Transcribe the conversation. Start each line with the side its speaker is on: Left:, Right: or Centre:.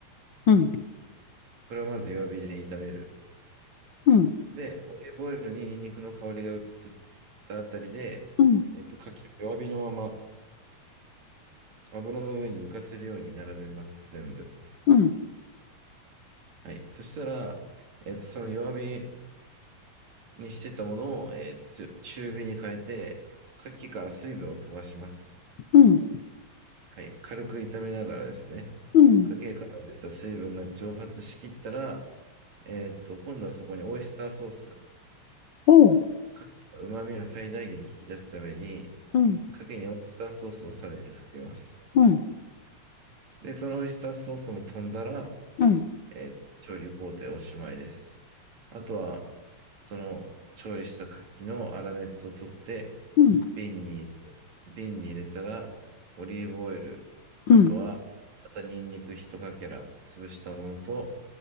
Left: うん、
Right: これをまず弱火で炒める。
Left: うん、
Right: で、オリーブオイルにニンニクの香りが移ったあたりで、
Left: うん、
Right: えっと、牡蠣を弱火のまま油の上に浮かせるように並べます、全部。
Left: うん、
Right: はい。そしたら、えっと、その弱火にしてたものを、えーつ中火に変えて、牡蠣から水分を飛ばします。
Left: うん、
Right: はい。軽く炒めながらですね、
Left: うん、
Right: 牡蠣から出た水分が蒸発しきったら、えっと、今度はそこにオイスターソース、
Left: おう、
Right: 牡蠣の旨味を最大限引き出すために、
Left: うん、
Right: 牡蠣にオイスターソースをさらにかけます。
Left: うん、
Right: で、そのオイスターソースも飛んだら、
Left: うん、
Right: えー調理工程おしまいです。あとは、その調理した牡蠣の粗熱を取って、
Left: うん、
Right: 瓶に入れ、瓶に入れたら、オリーブオイル、
Left: うん、
Right: あとは、
Left: うん、
Right: またニンニク一かけら、潰したものと、